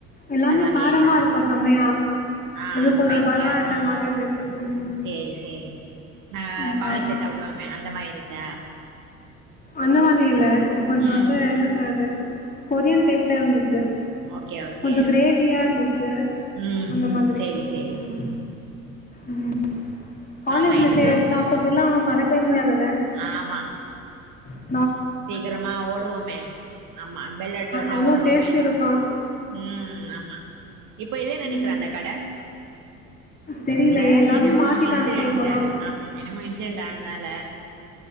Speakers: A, on the left; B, on the right.
A: எல்லாமே
B: பரவாயில்லையே
A: காரமா இருக்கு செம்மயா
B: ஆ
A: இது கொஞ்சோ
B: ஸ்பைசியா
A: பரவாயில்ல
B: ம்
A: மாரி இருந்திச்சி ம்
B: சேரி சேரி நா
A: ம்
B: காலேஜ்லே
A: ஆமா
B: சாப்பிடுமே அந்த மாரி இருந் ச்சா
A: அந்த மாரி இல்ல இது கொஞ்சோ
B: ம்
A: வந்து என்ன சொல்லது கொரியன் டைப்ல இருந்துச்சி
B: ஓகே ஓகே
A: கொஞ்சோ கிரேவியா இருந் து
B: ம்
A: அந்த மாதிரி
B: சேரி சேரி
A: ம் ம் காலேஜ்ல
B: ஆ நைட்டுக்கு
A: செய்ற சாப்பிட்டத ல்லா மறக்கவே முடியாத
B: ஆமா
A: ஹ
B: சீக்கிரமா ஓடுவோமே ஆமா பெள்ளூ அடிச்ச உன்னே
A: அவ்ளோ
B: ஓடுவோமே
A: டேஸ்ட் இருக்கு
B: ம் ஆமா இப்ப இல்ல நெனைக்கிறே
A: ம்
B: அந்த கட
A: தெரில
B: இல்ல
A: எல்லாமே
B: இன்னமோ
A: மாத்திட்டாங்க
B: இன்சிடென்ட்
A: இப்போல்லா
B: ஆமா என்னமோ இன்சிடென்ட் ஆனதனால